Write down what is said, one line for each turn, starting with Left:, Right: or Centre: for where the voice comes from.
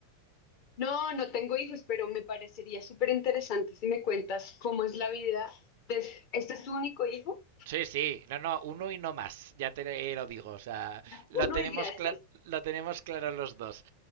Left: No, no tengo hijos, pero me parecería súper interesante si me cuentas cómo es la vida. des- ¿Este es tu único hijo?
Right: Sí, sí, no, no, uno y no más, ya te eh, lo digo, o sea, lo
Left: Uno
Right: tenemos,
Left: y gracias.
Right: cla- lo tenemos claro los dos.